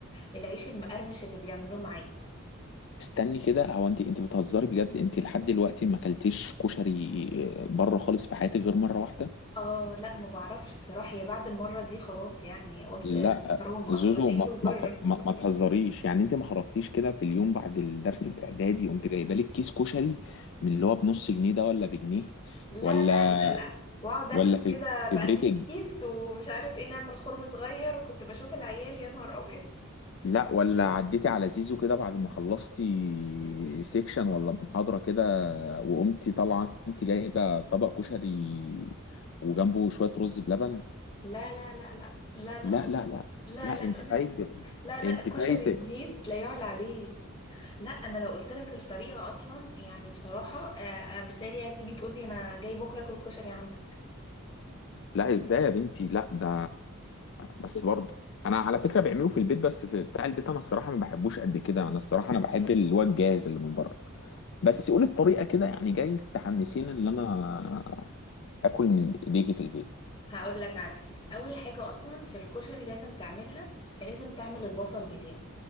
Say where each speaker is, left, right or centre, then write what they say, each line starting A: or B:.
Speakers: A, on the left (about 20°); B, on the left (about 55°).
A: العيش المقرمش اللي بيعملوه معاه
B: استني كده هو انت انت بتهزري بجد انت لحد دلوقتي ما اكلتيش كشري آه، بره خالص في حياتك غير مرة واحدة
A: اه لأ ما بعرفش بصراحة هي بعد المرة دي خلاص يعني قلت
B: لا
A: حرام أصلا
B: زوزو
A: آكل
B: ما
A: بره
B: ما ت- ما, ما تهزريش يعني انت ما خرجتيش كده في اليوم بعد الدرس في اعدادي قمت جايبه لك كيس كشري من اللي هو بنص جنيه ده ولا بجنيه
A: لا
B: ولا
A: لا لا لا واقعد اكله
B: ولا في
A: كده بقلب
B: في بريك
A: الكيس ومش عارف ايه نعمل خرم صغير وكنت بشوف العيال يا نهار ابيض
B: لا ولا عديتي على زيزو كده بعد ما خلصتي سيكشن ولا محاضرة كده وقمتي طالعة انت جايبة طبق كشري وجنبه شوية رز بلبن
A: لا لا لا لا لا لا
B: لا
A: خالص
B: لا لا
A: لا
B: لا
A: لا
B: انت
A: لا
B: فايتك
A: لا لا
B: انت
A: كشري
B: فايتك
A: البيت لا يعلى عليه لا انا لو قلت لك الطريقه اصلا يعني بصراحه آه، بسالي هتيجي تقول لي انا جاي بكره اكل كشري عندك
B: لا ازاي يا بنتي لا ده بس برضه انا على فكرة بعمله في البيت بس في بتاع البيت انا الصراحة ما بحبوش قد كده انا الصراحة انا بحب اللي هو الجاهز اللي من بره بس قولي الطريقة كده يعني جايز تحمسيني ان انا اكل من ايديكي في البيت
A: هقول لك على حاجه اول حاجه اصلا في الكشري لازم تعملها لازم تعمل البصل بتاعه